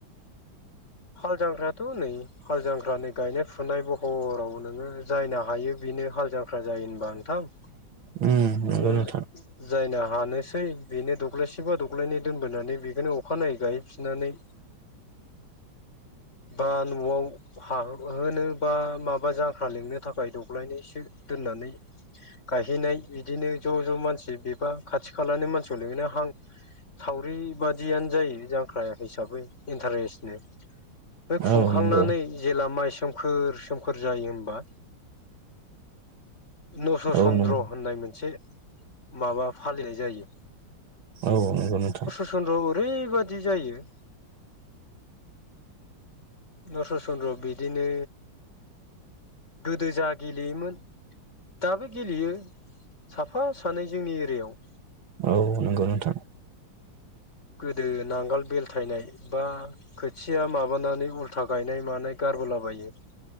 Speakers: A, on the left; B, on the right.
A: हाल जांख्रायाथ' नै हाल जांख्र नै गायनाय फुनाय बहराव नोङो जायनो हायो बिनो हाल जाख्रा जायो होनबा नोंथां।
B: <unintelligible>
A: <unintelligible>
B: नंगौ नोंथां
A: जायना हानोसै बेनो दब्लायसेबा दब्लायनै दोनबोनानै बेखौनो अखानायै गायफिननानै बा न'आव हा होनो बा माबा जांख्रा लिंनो थाखाय दग्लायनायसो दोननानै गायहैनाय बिदिनो ज' ज' मानसि बेबा खाथि खालानि मानसियाव लिंहैनाय <unintelligible> सावरि बादियानो जायो जांख्रा हिसाबै इन्टारेस्टनो बे खुंखांनानै
B: औ नंगौ
A: जेला माइ सोमखोर- सोमखोर जायो होमबा। नस
B: औ
A: चन्द्र
B: नंगौ
A: होननाय मोनसे माबा फालिनाय जायो।
B: औ नंगौ नोंथां।
A: चन्द्र'आव ओरैबायदि जायो। नसत' चन्द्र' आव बिदिनो गोदो जा गेलेयोमोन दाबो गेलेयो साफा सानै जोंनि एरियायाव।
B: औ नंगौ नोंथां।
A: <unintelligible> नांगोल बेलथायनाय बा खोथिया माबानानै उल्था गायनाय मानाय गारबोलाबायो